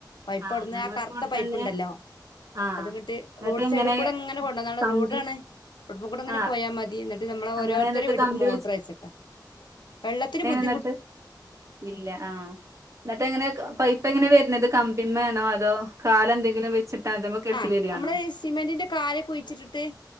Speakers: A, on the left; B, on the right.
A: പൈപ്പവ്ട്ന്ന്
B: ആഹ് ഞങ്ങൾക്ക്
A: ആ കർത്ത
B: ഇവിടെ
A: പൈപ്പ്ണ്ടല്ലോ.
B: തന്നെ ആഹ്
A: അത്ങ്ങട്ട്
B: എന്നിട്ട്
A: റോഡ് സൈഡ്
B: എങ്ങനെ
A: കൂടെങ്ങനെ കൊണ്ടന്നാണ്ട്‌
B: കമ്പി
A: റോഡാണ് റോട്ട്മ്മക്കൂടെങ്ങനെ
B: ആ
A: പോയാ മതി ഇന്നിട്ട് നമ്മളെ
B: അങ്ങനെ
A: ഓരോരുത്തരെ
B: എന്നിട്ട്
A: വീട്ട്ക്കും
B: കമ്പി
A: മോട്ടറ് വെച്ചക്കാ വെള്ളത്തിന് ബുദ്ധ്
B: ന്നട്ട് ഇല്ല ആഹ് ഇന്നട്ടെങ്ങനെ പൈ പ്പങ്ങനെ വരുന്നത് കമ്പിമ്മേണോ അതോ കാലെന്തെങ്കിലും വെച്ചിട്ട് അതിമ്മ കെട്ടി
A: ആഹ്
B: വരികയാണോ
A: നമ്മള് സിമന്റിന്റെ കാല് കുഴിച്ചിട്ടിട്ട്